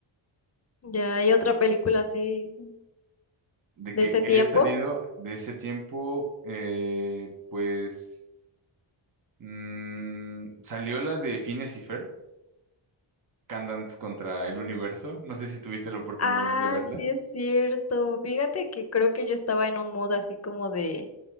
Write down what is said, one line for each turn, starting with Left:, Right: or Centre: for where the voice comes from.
Left: ya hay otra película así
Right: De que,
Left: de ese
Right: que
Left: tiempo.
Right: haya salido de ese tiempo, eh, pues mm, salió la de Phineas y Ferb, Candance contra el universo. No sé si tuviste la oportunidad
Left: Ah,
Right: de verla.
Left: sí es cierto. Fíjate que creo que yo estaba en un mood así como de,